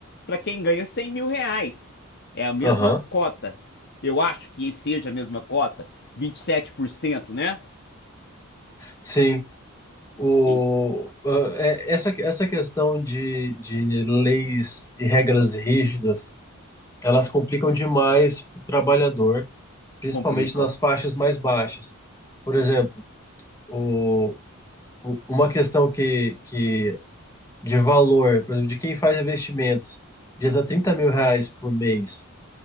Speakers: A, on the left; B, on the left.
A: para quem ganha 100 mil reais. É a mesma
B: Aham,
A: cota. Eu acho que seja a mesma cota, 27%, né?
B: Sim. O,
A: Quem
B: ah, é- essa, essa questão de, de leis e regras rígidas, elas complicam demais para o trabalhador, principalmente
A: complicam.
B: nas faixas mais baixas. Por exemplo, o, o- uma questão que, que de valor, por exemplo, de quem faz investimentos, de até 30 mil reais por mês